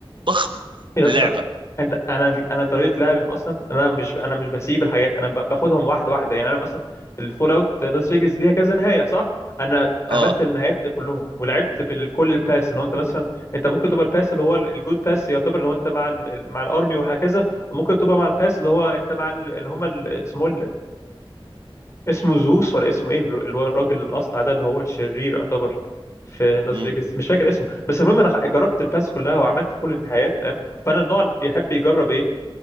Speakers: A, on the right; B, on the left.
A: ضخم
B: يا
A: في
B: اسطى
A: اللعبه
B: انت انا انا طريقه لعبي من اصلا انا مش انا مش بسيب الحاجات انا ب- باخدهم واحده واحده يعني انا مثلا الفول اوت لاس فيجاس ليها كذا نهايه صح انا
A: اه
B: عملت النهايات كلهم ولعبت بكل الباس اللي هو انت مثلا انت ممكن تبقى الباس اللي هو ال- الجود باس يعتبر اللي هو انت مع ال ال- مع الارمي وهكذا وممكن تبقى مع الباس اللي هو انت مع ال- اللي هم اسمه اسمه زوس ولا اسمه ايه الر- اللي هو الراجل الاصلع ده اللي هو الشرير يعتبر في لاس
A: امم
B: فيجاس مش فاكر اسمه بس المهم انا خ- جربت الباس كلها وعملت كل النهايات تمام فانا النوع اللي بيحب يجرب ايه